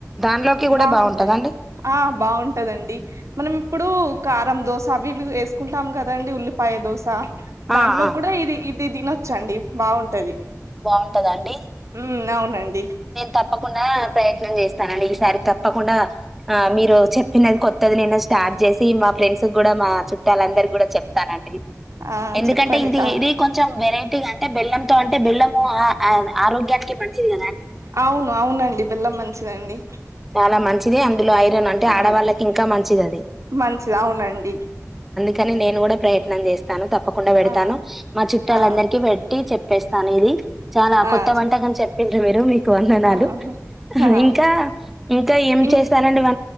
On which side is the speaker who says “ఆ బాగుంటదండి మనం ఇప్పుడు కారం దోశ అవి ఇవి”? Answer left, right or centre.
Right